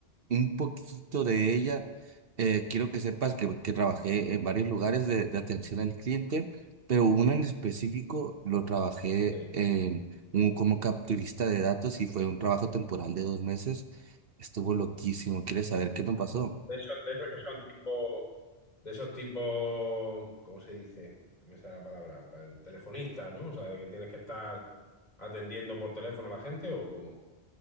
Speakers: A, on the right (about 65°); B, on the left (about 45°).
A: un poquito de ella, eh, quiero que sepas que, que trabajé en varios lugares de, de atención al cliente, pero uno en específico lo trabajé
B: sí.
A: en un, como capturista de datos y fue un trabajo temporal de dos meses. Estuvo loquísimo. ¿Quieres saber qué me pasó?
B: De esos, de esos que son tipo, de esos tipos, ¿cómo se dice? No Me sale la palabra, pa- telefonista, ¿no? O sea, de que tienes que estar atendiendo por teléfono a la gente o cómo.